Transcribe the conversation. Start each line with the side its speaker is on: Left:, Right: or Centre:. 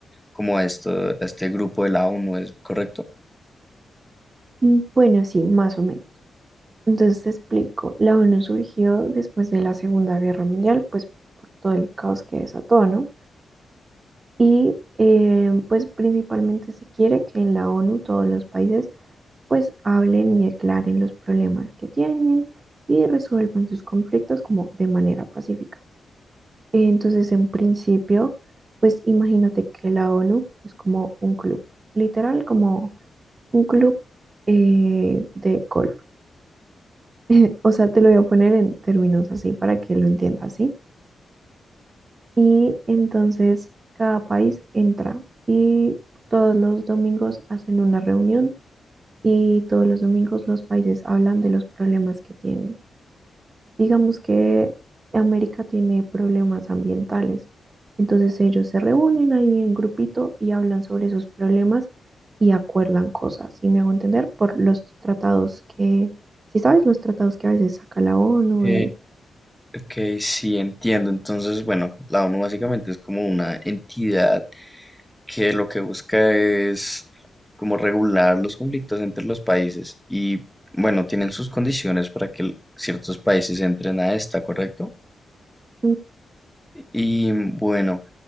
Centre: como a esto, a este grupo de la ONU, ¿es correcto?
Right: "Mm, Bueno, sí, más o menos. Entonces te explico, la ONU surgió después de la Segunda Guerra Mundial, pues por todo el caos que desató, ¿no? Y eh, pues principalmente se quiere que en la ONU todos los países pues hablen y declaren los problemas que tienen y resuelvan sus conflictos como de manera pacífica. Entonces, en principio, pues imagínate que la ONU es como un club, literal como un club eh, de golf. <laughs> O sea, te lo voy a poner en términos así para que lo entiendas, ¿sí? Y entonces cada país entra y todos los domingos hacen una reunión y todos los domingos los países hablan de los problemas que tienen. Digamos que América tiene problemas ambientales, entonces ellos se reúnen ahí en grupito y hablan sobre esos problemas y acuerdan cosas, y me hago entender por los tratados que, si sabes, los tratados que a veces saca la ONU
Centre: Ok,
Right: de,
Centre: Ok, sí, entiendo. Entonces, bueno, la ONU básicamente es como una entidad que lo que busca es como regular los conflictos entre los países y, bueno, tienen sus condiciones para que l- ciertos países entren a esta, ¿correcto?
Right: mm,
Centre: Y, bueno,